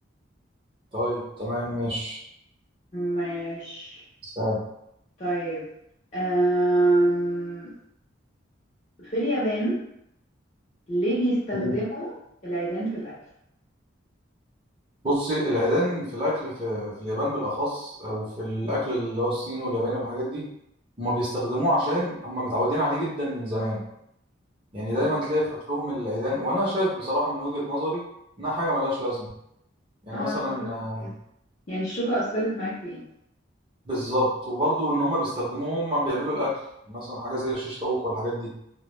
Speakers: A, on the right (about 25°); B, on the left (about 35°).
A: طيب تمام ماشي
B: ماشي
A: استاذ
B: طيب أم... في اليابان ليه بيستخدموا
A: مم.
B: العيدان في الاكل
A: بصي العيدان في الاكل في, في اليابان بالاخص او في الاكل اللي هو الصيني والياباني والحاجات دي هما بيستخدموه عشان هما متعودين عليه جدا من زمان يعني
B: مم.
A: دايما تلاقي في اكلهم العيدان وانا شايف بصراحه من وجهه نظري انها حاجه ملهاش لازمه يعني
B: اه
A: مثلا
B: انا برضه بحس
A: آه،
B: كده يعني الشوكه اثرت معاك في ايه
A: بالظبط وبرضه ان هما بيستخدموه هما بيعملوا الاكل مثلا حاجه زي الشيش طاووق والحاجات دي